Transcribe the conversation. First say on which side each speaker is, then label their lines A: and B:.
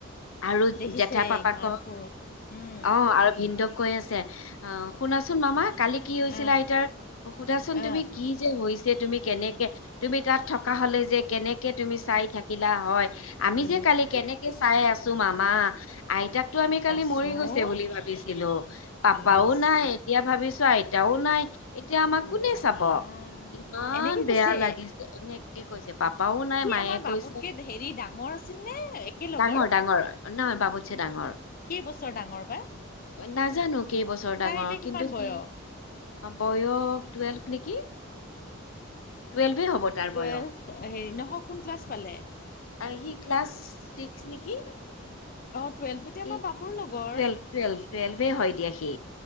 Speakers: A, on the left; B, on the left.
A: আৰু
B: দেখিছে
A: জেঠা পাপা
B: ইমান
A: ক অ
B: সৰু উম
A: আৰু ভিন্দু কৈ আছে অ শুনাচোন মামা কালি কি হৈছিলা
B: আহ
A: আইতাৰ সুধাচোন তুমি
B: আহ
A: কি যে হৈ যে তুমি কেনেকে তুমি তাত থকা হলে যে কেনেকে তুমি চাই থাকিলা হয় আমি
B: এ
A: যে কালি কেনেকে চাই আছো মামা আইতাক আমি
B: চাচোন
A: কালি মৰি গৈছে বুলি ভাবিছিলো পাপাও
B: ইচ
A: নাই এতিয়া ভাবিছো আইতাও নাই এতিয়া আমাক
B: এ
A: কোনে
B: ৰাম
A: চাব ইমান
B: এনেকে
A: বেয়া
B: কৈছে
A: লাগিছে এনেকে কৈছে পাপ পাপাও নাই
B: সি
A: মায়ে
B: আমাৰ
A: কৈছে
B: বাবুতকে হেৰি ডাঙৰ আছিল নে একেলগৰ
A: ডাঙৰ ডাঙৰ নহয় বাবুছে ডাঙৰ
B: কি বছৰ ডাঙৰ বা
A: নাজানো কেইবছৰ ডাঙৰ
B: তাৰ এতিয়া কিমান
A: কিন্তু সি
B: বয়স
A: বয়স টুৱেলভ নেকি টুৱেলভ হব তাৰ
B: টুৱেলভ
A: বয়স
B: হেৰি নহয় কোন ক্লাছ পালে
A: সি ক্লাছ ছিক্স নেকি
B: অ টুৱেলভ যদি আমাৰ
A: ই
B: বাপুৰ লগৰ
A: টুৱেলভ টুৱেলভ টুৱেলভে হয় দিয়া সি